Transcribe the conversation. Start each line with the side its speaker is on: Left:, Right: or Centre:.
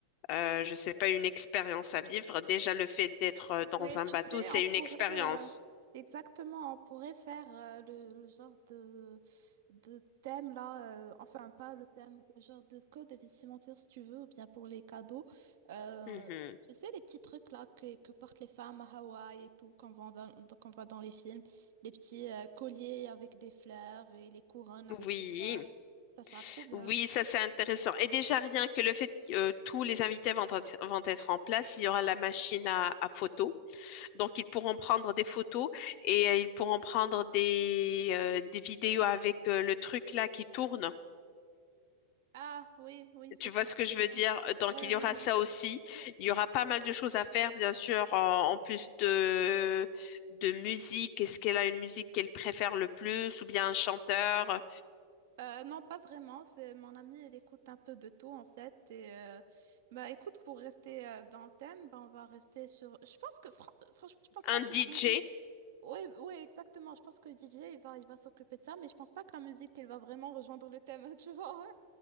Left: euh, je sais pas, une expérience à vivre. Déjà, le fait d'être euh, dans
Right: Ouais,
Left: un
Right: tu
Left: bateau,
Right: sais,
Left: c'est
Right: on pourrait
Left: une expérience.
Right: euh, exactement, on pourrait faire euh, le, le genre de, de thème là, euh, enfin pas le thème, le genre de code vestimentaire si tu veux, ou bien pour les cadeaux. Euh,
Left: Mhm.
Right: tu sais, les petits trucs là que, que portent les femmes à Hawaï et tout, qu'on voit dans, dans- qu'on voit dans les films, les petits euh, colliers avec des fleurs et les couronnes avec
Left: Oui,
Right: des fleurs, ça sera trop bien.
Left: oui, ça c'est intéressant. Et déjà rien que le fait que euh, tous les invités vont, être vont être en place, il y aura la machine à, à photos. Donc, ils pourront prendre des photos et euh, ils pourront prendre des, euh, des vidéos avec euh, le truc là qui tourne.
Right: Ah oui, oui, ça
Left: Tu
Right: sera.
Left: vois ce
Right: très
Left: que je
Right: bien.
Left: veux dire? Donc,
Right: Ouais,
Left: il
Right: ouais.
Left: y aura ça
Right: ouais.
Left: aussi. Il y aura pas mal de choses à faire, bien sûr, en, en plus de, de musique. Est-ce qu'elle a une musique qu'elle préfère le plus ou bien un chanteur,
Right: Euh, non, pas vraiment. C'est mon amie, elle écoute un peu de tout en fait. Et euh, bah écoute, pour rester euh, dans le thème, bah, on va rester sur. Je pense que fran- franchement, je pense pas
Left: un
Right: que
Left: DJ?
Right: la musique. Oui, oui, exactement. Je pense que le DJ, il va, il va s'occuper de ça, mais je pense pas que la musique, elle va vraiment rejoindre le thème, <laughs> tu vois.